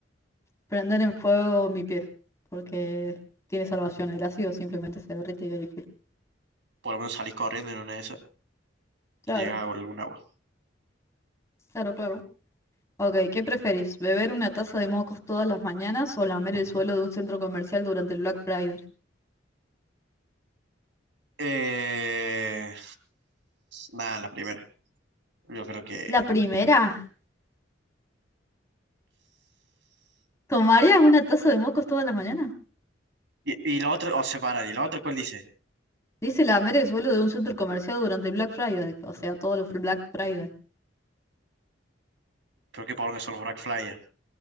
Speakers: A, on the left (about 15°); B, on the right (about 75°).
A: Prender en fuego mi pie, porque tiene salvación. El ácido simplemente se derrite y ahí fue.
B: Por lo menos salís corriendo y en una de esas,
A: Claro,
B: llegas a algún agua.
A: claro, claro. Ok, ¿qué preferís? ¿Beber una taza de mocos todas las mañanas o lamer el suelo de un centro comercial durante el Black Friday?
B: Eh, nada, la primera. Yo creo que...
A: La primera, ¿tomarías una taza de mocos todas las mañanas?
B: Y, y la otra, o separar, y la otra, ¿cuál dice?
A: Dice lamer el suelo de un centro comercial durante el Black Friday, o sea, todos los Black Friday.
B: Creo que por que son los Black Flyers.